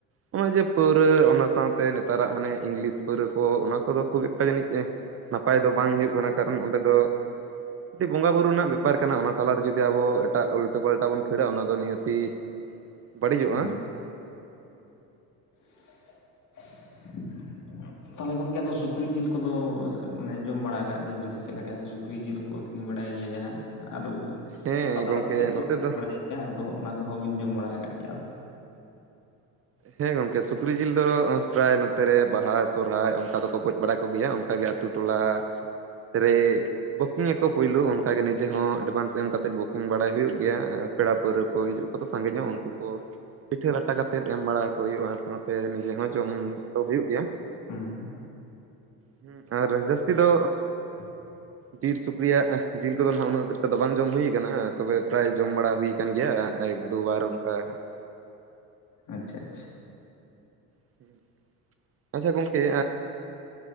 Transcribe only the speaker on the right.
ᱱᱚᱜ-ᱚᱭ ᱡᱮ ᱯᱟᱹᱣᱨᱟᱹ ᱚᱱᱟ ᱥᱟᱸᱣᱛᱮ ᱱᱮᱛᱟᱨᱟᱜ ᱦᱟᱱᱮ ᱤᱝᱞᱤᱥᱼᱼ ᱯᱟᱹᱣᱨᱟᱹ ᱠᱚ ᱚᱱᱟ ᱠᱚᱫᱚ ᱠᱷᱩᱵᱽ ᱮᱠᱴᱟ ᱡᱟᱹᱱᱤᱡ ᱱᱟᱯᱟᱭ ᱫᱚ ᱵᱟᱝ ᱦᱩᱭᱩᱜ ᱠᱟᱱᱟ ᱠᱟᱨᱚᱱ ᱚᱸᱰᱮ ᱫᱚᱼᱼ ᱠᱟᱹᱴᱤᱡ ᱵᱚᱸᱜᱟ ᱵᱩᱨᱩ ᱨᱮᱱᱟᱜ ᱵᱮᱯᱟᱨ ᱠᱟᱱᱟ ᱚᱱᱟ ᱛᱟᱞᱟᱨᱮ ᱡᱩᱫᱤ ᱟᱵᱚ ᱮᱴᱟᱜ ᱩᱞᱴᱟᱹ ᱯᱟᱞᱴᱟ ᱵᱚᱱ ᱠᱷᱟᱹᱲᱟ ᱚᱱᱟ ᱫᱚ ᱱᱤᱦᱟᱹᱛᱤᱼᱼ
ᱵᱟᱹᱲᱤᱡᱚᱜ-ᱟ
ᱦᱮᱸ
ᱜᱚᱝᱠᱮ
ᱱᱚᱛᱮ
ᱫᱚ
ᱦᱮᱸ ᱜᱚᱝᱠᱮ ᱥᱩᱠᱨᱤ ᱡᱤᱞ ᱫᱚ ᱯᱨᱟᱭ ᱱᱚᱛᱮ ᱨᱮ ᱵᱟᱦᱟ ᱥᱚᱨᱚᱦᱟᱭ ᱚᱱᱠᱟ ᱫᱚᱠᱚ ᱜᱚᱡ ᱵᱟᱲᱟ ᱠᱚᱜᱮᱭᱟ ᱚᱱᱠᱟ ᱜᱮ ᱟᱛᱳ ᱴᱚᱞᱟ ᱨᱮ ᱵᱩᱠᱤᱝ ᱟᱠᱚ ᱯᱳᱭᱞᱳ᱾ ᱚᱱᱠᱟ ᱜᱮ ᱱᱤᱡᱮ ᱦᱚᱸ ᱮᱵᱷᱟᱱᱥ ᱮᱢ ᱠᱟᱛᱮᱫ ᱵᱩᱠᱤᱝ ᱵᱟᱲᱟᱭ ᱦᱩᱭᱩᱜ ᱜᱮᱭᱟ ᱾ ᱯᱮᱲᱟ ᱯᱟᱹᱣᱨᱟᱹ ᱠᱚ ᱦᱤᱡᱩᱜ ᱟᱠᱚ ᱛ ᱥᱟᱸᱜᱮ ᱧᱚᱜ ᱩᱱᱠᱩ ᱠᱚ
᱾ ᱯᱤᱴᱷᱟᱹ ᱞᱟᱴᱟ ᱠᱟᱛᱮᱜ ᱮᱢ ᱵᱟᱲᱟ ᱠᱚ ᱦᱩᱭᱩᱜᱼᱟ, ᱥᱟᱶᱛᱮ ᱱᱤᱡᱮ ᱦᱚᱸ ᱡᱚᱢ ᱫᱚ ᱦᱩᱭᱩᱜ ᱜᱮᱭᱟ ᱾
ᱦᱮᱸ ᱟᱨ ᱡᱟᱹᱥᱛᱤ ᱫᱚ
ᱵᱤᱨ ᱥᱩᱠᱨᱤᱭᱟᱜ ᱡᱤᱞ ᱠᱚᱫᱚ ᱱᱟᱦᱟᱜ ᱩᱱᱟᱹᱜ ᱩᱛᱤᱹᱨᱤᱛᱚ ᱫᱚ ᱵᱟᱝ ᱡᱚᱢ ᱦᱩᱭ ᱟᱠᱟᱱᱟ᱾ ᱛᱚᱵᱮ ᱯᱨᱟᱭ ᱡᱚᱢ ᱵᱟᱲᱟ ᱦᱩᱭ ᱠᱟᱱ ᱜᱮᱭᱟ ᱮᱠ ᱫᱩᱵᱟᱨ ᱚᱱᱠᱟ ᱦᱟᱸᱜ ᱾
<inaudible> ᱟᱪᱪᱷᱟ ᱜᱚᱝᱠᱮ